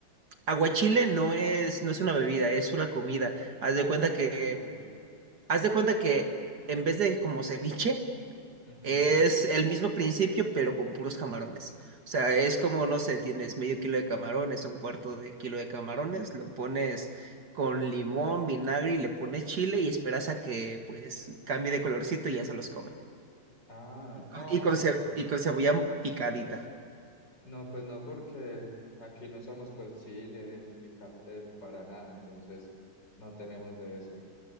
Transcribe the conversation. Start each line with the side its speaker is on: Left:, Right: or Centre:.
Right: Aguachile no es, no es una bebida, es una comida. Haz
Left: Ah,
Right: de cuenta que,
Left: ok.
Right: haz de cuenta que en vez de como ceviche,
Left: Ujú.
Right: Es el mismo principio, pero con puros camarones. O sea, es como, no sé, tienes medio kilo de camarones, un cuarto de kilo de camarones, lo pones con limón, vinagre y le pones chile y esperas a que pues cambie de colorcito y ya se los come.
Left: Ah,
Right: Y con,
Left: no,
Right: y con
Left: pues
Right: ce-
Left: no.
Right: y con cebolla picadita.
Left: No, pues no, porque aquí no usamos pues chile ni picante para nada, entonces no tenemos de eso.